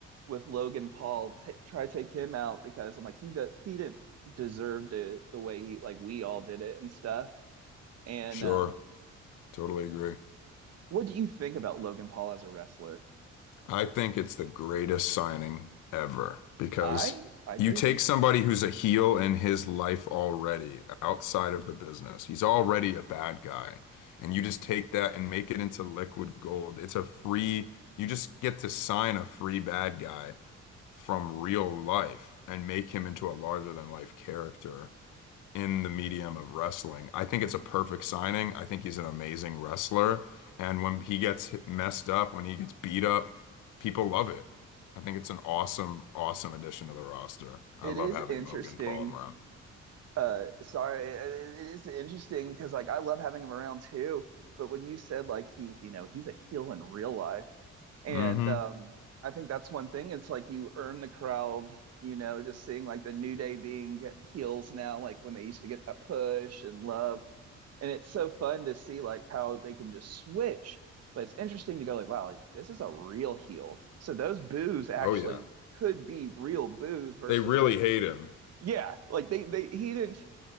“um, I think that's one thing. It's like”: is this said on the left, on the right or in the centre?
Right